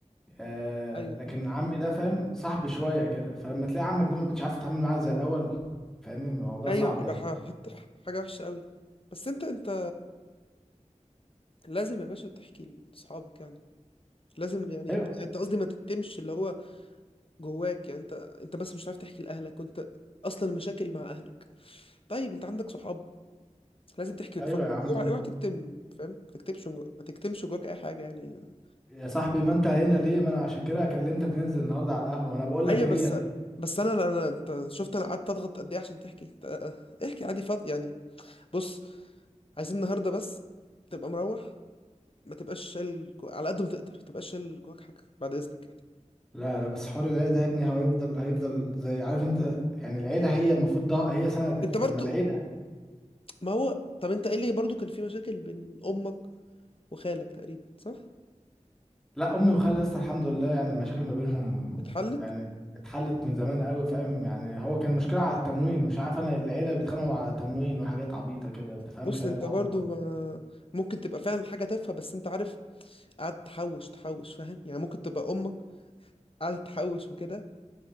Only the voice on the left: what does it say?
ايوه
ايوه
بتبقى
ح- حته حاجه وحشه قوي بس انت انت لازم يا باشا تحكي لاصحابك يعني لازم يعني
يعني انت قصدي ما تكتمش اللي هو جواك يعني انت انت بس مش عارف تحكي لاهلك وانت اصلا المشاكل مع اهلك طيب انت عندك صحاب لازم تحكي وتفكر
اوعى اوعى تكتم فاهم ما تكتمش جو- ما تكتمش جواك اي حاجه يعني
ايوه
بس بس انا انا انت شفت انا قعدت اضغط قد ايه عشان تحكي انت احكي عادي فاضي يعني بص عايزين النهارده بس تبقى مروح ما تبقاش شايل جو... على قد ما تقدر ما تبقاش شايل جواك حاجه بعد اذنك يعني
انت
برضو
ما هو طب انت ايه اللي برضو كان في مشاكل بين امك وخالك تقريبا صح
اتحلت
بص
انت
برضو
ما ممكن تبقى فعلا حاجه تافهه بس انت عارف قعدت تحوش تحوش فاهم يعني ممكن تبقى امك قعدت تحوش وكده